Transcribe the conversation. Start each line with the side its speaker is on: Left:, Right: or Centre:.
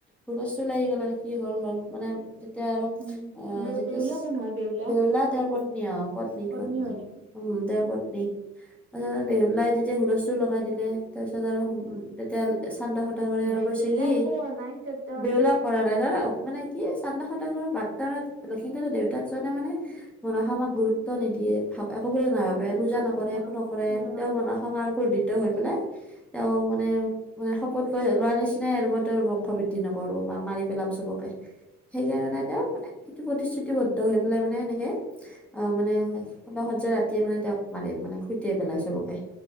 Centre: হুলস্থুল লাগি গ'ল আৰু কি হ'ল হ'ল মানে তেতিয়া আৰু
Right: উম
Centre: অ
Right: বে
Centre: যেতিয়া
Right: বেউলা কোন হয় বেউলা
Centre: বউলা তেওঁৰ পত্নী
Right: নেকি?
Centre: তাৰ পত্নী পত্নী
Right: হয় নেকি
Centre: উম তেওঁৰ পত্নী তছ বেহুলাই তেতিয়া হুলস্থুল লগাই দিলে তাৰপিছত আৰু
Right: উম
Centre: তেতিয়া চান্ড সদাগৰে আৰু
Right: বে
Centre: কৈছে
Right: বেউলাক
Centre: কি
Right: একো কৰা নাই তেওঁ তেওঁ
Centre: বেওলা
Right: আছে আৰু
Centre: কৰা নাই জান মানে কি চান্দা সদ বাপদ লক্ষ্মীদৰ দেউতাকজনে মানে মনশা মাক গুৰুত্ব নিদিয়ে ভ একো বুলি নাভাবে
Right: অ
Centre: পূজা নকৰে
Right: মই
Centre: একো নকৰে
Right: পূজা
Centre: তেওঁ
Right: নকৰে
Centre: মনশা মা কোধৃত হৈ পেলাই তেওঁ মানে মানে ক'ত লৈ লোৱাৰ নিচিনাই আৰু মই তেওঁৰ বংশ বৃদ্ধি নকৰো বা মাৰি পেলাম চবকে সেইকাৰণে তেওঁ মানে এইটো প্ৰতিশ্ৰুতিবদ্ধ হৈ পেলাই মানে এনেকে অ মানে ফুলশয্যা ৰাতিয়ে মানে তেওঁক মাৰ মানে খুটিয়াই পেলাই চবকে